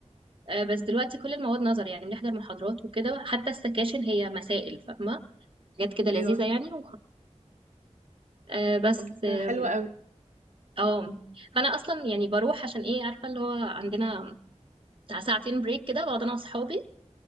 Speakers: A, on the right; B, on the right.
A: آه، بس دلوقتي كل المواد نظري يعني بنحضر محاضرات وكده حتى السكاشن هي مسائل فاهمه حاجات كده لذيذه
B: ايوه
A: يعني وخ- آه، بس
B: طب ده
A: اه
B: حلو قوي
A: آه. فانا اصلا يعني بروح عشان ايه عارفه اللي هو عندنا بتاع ساعتين بريك كده بقعد انا واصحابي